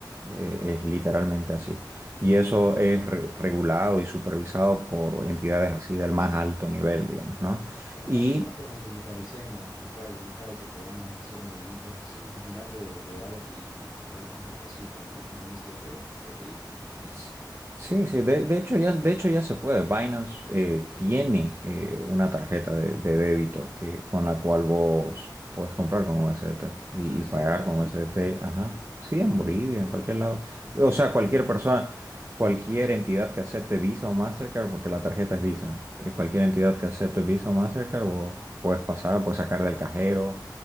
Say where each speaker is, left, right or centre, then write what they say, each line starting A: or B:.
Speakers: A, on the right; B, on the left.
A: Eh, es literalmente así. Y eso es re- regulado y supervisado por entidades así del más alto nivel, digamos, ¿no?
B: Ojalá
A: Y
B: que pronto nos digitalicemos, Juan Carlos, acá y que podamos hacer movimientos así. Imagínate llegar y, y comprarte un cafecito, ¿no? Como un SDT, qué lindo.
A: S- Sí, sí, de, de hecho ya, de hecho ya se puede. Binance eh, tiene eh, una tarjeta de, de débito que, con la cual vos puedes comprar con USDT y,
B: ¿Ah,
A: y
B: sí?
A: pagar
B: ¿Aquí?
A: con USDT. Ajá. Sí,
B: Oh,
A: en Bolivia,
B: wow.
A: en cualquier lado.
B: No, yo
A: O
B: no lo
A: sea,
B: sabía.
A: cualquier persona, cualquier entidad que acepte Visa o Mastercard, porque la tarjeta es Visa, eh, cualquier entidad que acepte Visa o Mastercard, vos puedes pasar, puedes sacar del cajero.